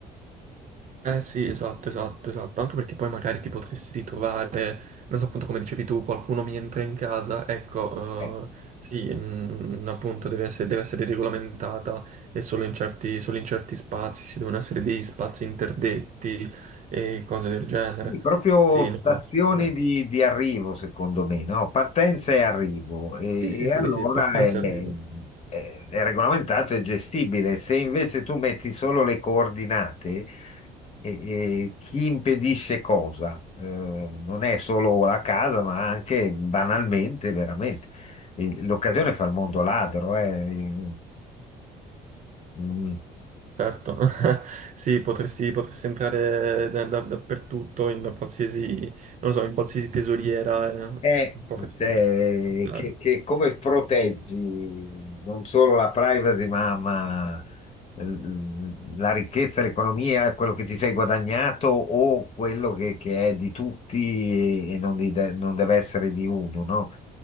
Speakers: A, on the right (about 45°); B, on the left (about 40°).
A: Eh sì, esatto, esatto, esatto. Anche perché poi magari ti potresti ritrovare, non so appunto come dicevi tu, qualcuno mi entra in casa, ecco,
B: Eh,
A: eh, sì, mm, appunto deve essere, deve essere regolamentata e solo in certi, solo in certi spazi, ci devono essere degli spazi interdetti e cose del genere.
B: Sì, proprio
A: Sì, no,
B: stazioni
A: assolutamente.
B: di, di arrivo, secondo me, no? Partenza e arrivo. E,
A: Sì, sì,
B: e
A: sì,
B: allora
A: sì, partenza
B: è, è-
A: e arrivo.
B: è regolamentato e gestibile. Se invece tu metti solo le coordinate, e- e chi impedisce cosa? Eh, non è solo la casa, ma anche banalmente, veramente. Il- L'occasione fa il mondo ladro, eh. Mm.
A: Certo, <laughs> sì, potresti, potresti entrare da- da- dappertutto, in qualsiasi, non so, in qualsiasi tesoriera, eh,
B: Eh,
A: potresti
B: cioè,
A: entrare.
B: che, che come proteggi non solo la privacy, ma, ma, l- la ricchezza, l'economia, quello che ti sei guadagnato o quello che, che è di tutti e non, di- non deve essere di uno, no?